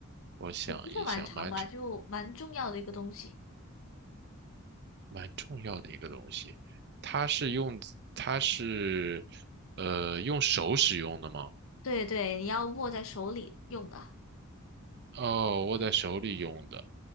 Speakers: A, on the right; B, on the left.
A: 我想一想，
B: 也不算蛮长吧，
A: 蛮重
B: 就蛮重要的一个东西。
A: 蛮重要的一个东西。它是用它是呃用手使用的吗？
B: 对对，你要握在手里用的。
A: 哦，握在手里用的。